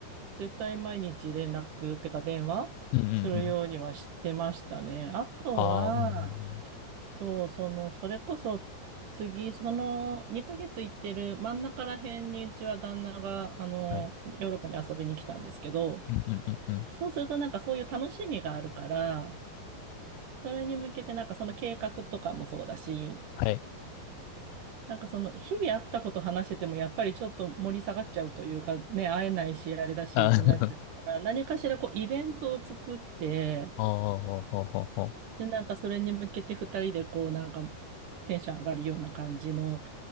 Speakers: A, on the right (about 55°); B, on the left (about 90°).
A: 絶対毎日連絡ってか電話するようにはしてましたね。
B: うん、うん、うん、
A: あとは、
B: ああー、うん、
A: そう、その、それこそ、次、その、2ヶ月行ってる真ん中ら辺に、うちは旦那が、あの、
B: はい、
A: ヨーロッパに遊びに来たんですけど、
B: うん、うん、うん、
A: そうするとなんかそういう楽しみがあるから、それに向けてなんかその計画とかもそうだし、
B: はい。
A: なんかその、日々あったこと話してても、やっぱりちょっと盛り下がっちゃうというか、ね、会えないし、あれだしってなっちゃうから、
B: あー <laughs>
A: 何かしらこう、イベントを作って、
B: ああ、ああ、ああ
A: で、なんかそれに向けて二人でこう、なんかテンション上がるような感じの、